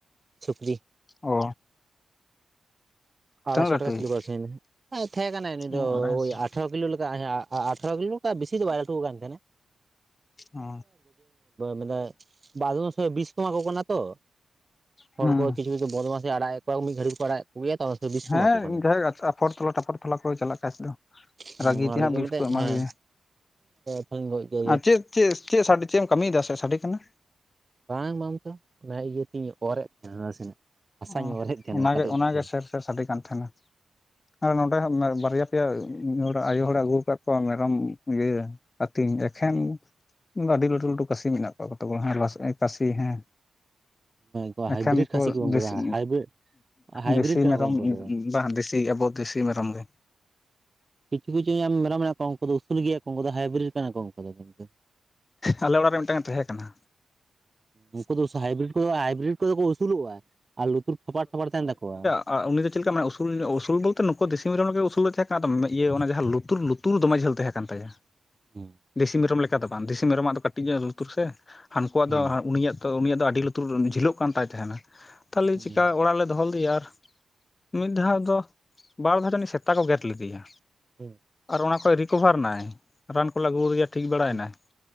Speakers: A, on the right (about 35°); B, on the left (about 35°).
A: ᱥᱩᱠᱨᱤ
B: ᱚ
A: ᱟᱲᱟᱭᱥᱚ
B: ᱛᱤᱱᱟᱹᱜ ᱞᱟᱹᱴᱩᱭᱤᱡ
A: ᱴᱟᱠᱟ ᱠᱤᱞᱩ ᱠᱚ ᱟᱹᱠᱷᱨᱤᱧ ᱫᱟ ᱛᱟᱦᱮᱸ ᱠᱟᱱᱟ ᱩᱱᱤᱩᱭ ᱫᱚ
B: ᱚ ᱟᱲᱟᱭᱥᱚ
A: ᱳᱭ ᱛᱟᱦᱮ ᱠᱟᱱᱟᱭ ᱟᱴᱷᱚᱨᱳ ᱠᱤᱞᱳ ᱞᱮᱠᱟ ᱟᱴᱷᱨᱚ ᱠᱤᱞᱳ ᱞᱮᱠᱟ ᱵᱮᱥᱤ ᱫᱚ ᱵᱟᱭ ᱞᱟᱹᱴᱩᱣᱟ ᱟᱠᱟᱱ ᱛᱟᱦᱮᱸᱱᱟ ᱤᱧ
B: ᱚ
A: ᱢᱮᱱ ᱮᱫᱟ <unintelligible> ᱵᱤᱥ ᱠᱚ ᱮᱢᱟ ᱠᱚ ᱠᱟᱱᱟ ᱛᱚ ᱦᱚᱲ
B: ᱦᱩᱸ
A: ᱠᱚ ᱠᱤᱪᱷᱩ ᱵᱚᱫ ᱢᱟᱥᱮ ᱟᱲᱟᱜ ᱠᱩᱣᱟᱠᱚ ᱢᱤᱫ ᱜᱷᱟᱹᱲᱤ ᱫᱚᱠᱚ ᱟᱲᱟᱜ ᱮᱫᱠᱩᱜᱮᱭᱟ ᱛᱚ ᱵᱤᱥ ᱠᱚ
B: ᱦᱮᱸ
A: ᱮᱢᱟ ᱠᱚ ᱠᱟᱱᱟ
B: ᱟᱯᱷᱚᱨ ᱛᱚᱞᱟ ᱴᱟᱯᱷᱚᱨ ᱛᱚᱞᱟ ᱠᱚ ᱪᱟᱞᱟᱜᱼᱟ ᱠᱟᱡ ᱫᱚ
A: ᱦᱮᱸ
B: ᱨᱟᱹᱜᱤ
A: ᱚᱱᱟ
B: ᱛᱮ ᱦᱟᱸᱜ
A: ᱞᱟᱹᱜᱤᱫ
B: ᱵᱤᱥ
A: ᱢᱮᱛᱟ
B: ᱠᱚ ᱮᱢᱟ
A: ᱦᱮᱸ
B: ᱫᱤᱧᱟ
A: ᱛᱟᱦᱚᱞᱮ ᱜᱚᱡ ᱠᱟᱭ ᱜᱮᱭᱟ
B: ᱟᱨ ᱪᱮᱫ ᱪᱮᱫ ᱪᱮᱫ ᱪᱮᱫ ᱮᱢ ᱠᱟᱹᱢᱤᱭᱮᱫᱟ ᱥᱮ ᱥᱟᱰᱮ ᱠᱟᱱᱟ
A: ᱵᱟᱝ ᱵᱟᱝ ᱛᱚ ᱚᱱᱟ ᱤᱭᱟᱹ ᱛᱤᱧ ᱚᱨ ᱮᱫ ᱛᱟᱦᱮᱱᱟ ᱱᱟᱥᱮᱱᱟᱜ ᱦᱟᱥᱟᱧ
B: ᱚ
A: ᱚᱨ ᱮᱫ ᱛᱟᱦᱮᱱᱟ
B: ᱚᱱᱟᱜᱮ
A: ᱠᱟᱰᱮᱡ
B: ᱚᱱᱟᱜᱮ
A: ᱛᱮ
B: ᱥᱮᱨ ᱥᱟᱰᱮ ᱠᱟᱱ ᱛᱟᱦᱮᱱᱟ ᱟᱨ ᱱᱚᱸᱰᱮ ᱦᱚᱸ ᱵᱟᱨᱭᱟ ᱯᱮᱭᱟ ᱢᱤᱫ ᱦᱚᱲᱟᱜ ᱟᱭᱩ ᱦᱚᱲᱮ ᱟᱹᱜᱩ ᱟᱠᱟᱫ ᱠᱚᱣᱟ ᱢᱮᱨᱚᱢ ᱤᱭᱟᱹ ᱟᱹᱛᱤᱧ ᱮᱠᱷᱮᱱ ᱟᱹᱰᱤ ᱞᱟᱹᱴᱩ ᱞᱟᱹᱴᱩ ᱠᱟᱥᱤ ᱢᱮᱱᱟᱜ ᱠᱚᱛᱟᱡᱚᱣᱟ ᱦᱮᱸ ᱠᱟᱥᱤ ᱦᱮᱸ
A: ᱠᱩ ᱦᱟᱭᱵᱨᱤᱰ
B: ᱮᱠᱷᱮᱱ
A: ᱠᱷᱟᱹᱥᱤ ᱠᱚ ᱩᱱᱠᱩ
B: ᱫᱮᱥᱤ
A: ᱫᱚ ᱦᱟᱭᱵᱨᱤᱰ ᱦᱟᱭᱵᱨᱤᱰ
B: ᱫᱮᱥᱤ
A: ᱠᱟᱱᱟ
B: ᱢᱮᱨᱚᱢ
A: ᱠᱚ ᱩᱱᱠᱩ ᱫᱚ
B: ᱵᱟᱝ ᱫᱮᱥᱤ ᱟᱵᱚ ᱫᱮᱥᱤ ᱢᱮᱨᱚᱢ ᱜᱮ
A: ᱠᱤᱪᱷᱩ ᱠᱤᱪᱷᱩ ᱢᱮᱨᱚᱢ ᱢᱮᱱᱟᱜ ᱠᱚ ᱩᱱᱠᱩ ᱫᱚ ᱩᱥᱩᱞ ᱜᱮᱭᱟ ᱠᱚ ᱩᱱᱠᱩ ᱫᱚ ᱦᱟᱭᱵᱨᱤᱰ ᱠᱟᱱᱟ ᱠᱚ ᱩᱱᱠᱩ ᱫᱚ ᱠᱤᱱᱛᱩ
B: ᱟᱞᱮ ᱚᱲᱟᱜ ᱨᱮ ᱢᱤᱫᱴᱟᱝ ᱛᱟᱦᱮᱸ ᱠᱟᱱᱟ
A: ᱩᱱᱠᱩ ᱫᱚ ᱦᱟᱭᱵᱨᱤᱰ ᱠᱚᱫᱚ ᱦᱟᱭᱵᱨᱤᱰ ᱠᱚᱫᱚ ᱠᱚ ᱩᱥᱩᱞᱚᱜᱼᱟ ᱟᱨ ᱞᱩᱛᱩᱨ ᱛᱷᱟᱯᱟᱲ ᱛᱷᱟᱯᱟᱲ ᱛᱟᱦᱮᱱ ᱛᱟᱠᱚᱣᱟ
B: ᱟᱨ ᱩᱱᱤ ᱫᱚ ᱪᱮᱫ ᱞᱮᱠᱟ ᱢᱟᱱᱮ ᱩᱥᱩᱞ ᱩᱥᱩᱞ ᱵᱚᱞᱛᱮ ᱱᱩᱠᱩ ᱫᱤᱥᱚᱢ ᱢᱮᱨᱚᱢ ᱞᱮᱠᱟ ᱩᱥᱩᱞᱮ ᱛᱟᱦᱮᱸ ᱠᱟᱱᱟ ᱤᱭᱟᱹ ᱚᱱᱟ ᱡᱟᱦᱟᱸ ᱞᱩᱛᱩᱨ ᱞᱩᱛᱩᱨ ᱞᱩᱛᱩᱨ ᱫᱚᱢᱮ ᱡᱷᱟᱹᱞ ᱛᱟᱦᱮᱸ ᱠᱟᱱ ᱛᱟᱭᱟ
A: ᱦᱩᱸ
B: ᱫᱮᱥᱤ ᱢᱮᱨᱚᱢ ᱞᱮᱠᱟ ᱫᱚ ᱵᱟᱝ ᱫᱮᱥᱤ ᱢᱮᱨᱚᱢᱟᱜ ᱫᱚ ᱠᱟᱹᱴᱤᱡ ᱧᱚᱜ ᱞᱩᱛᱩᱨ ᱥᱮ ᱦᱟᱹᱱᱠᱩᱣᱟᱜ
A: ᱦᱩᱸ
B: ᱫᱚ ᱩᱱᱤᱭᱟᱜ ᱛᱚ ᱩᱱᱤᱭᱟᱜ ᱫᱚ ᱟᱹᱰᱤ ᱞᱩᱛᱩᱨ ᱡᱷᱤᱞᱟᱹᱜ ᱠᱟᱱ ᱛᱟᱭ ᱛᱟᱦᱮᱱᱟ ᱛᱟᱦᱚᱞᱮ
A: ᱦᱩᱸ
B: ᱪᱤᱠᱟ ᱚᱲᱟᱜ ᱨᱮ ᱞᱮ ᱫᱚᱦᱚ ᱞᱮᱫᱮᱭᱟ ᱟᱨ ᱢᱤᱫ ᱫᱷᱟᱣ ᱫᱚ ᱵᱟᱨ ᱫᱷᱟᱣ ᱡᱟᱹᱱᱤᱡ ᱥᱮᱛᱟ ᱠᱚ ᱜᱮᱨ ᱞᱮᱫᱮᱭᱟ
A: <inaudible>
B: ᱟᱨ ᱚᱱᱟ ᱠᱷᱚᱡ ᱨᱤᱠᱳᱵᱷᱟᱨ ᱱᱟᱭ ᱨᱟᱱ ᱠᱚᱞᱮ ᱟᱹᱜᱩᱫᱮᱭᱟ ᱴᱷᱤᱠ ᱵᱟᱲᱟᱭᱮᱱᱟᱭ
A: ᱦᱩᱸ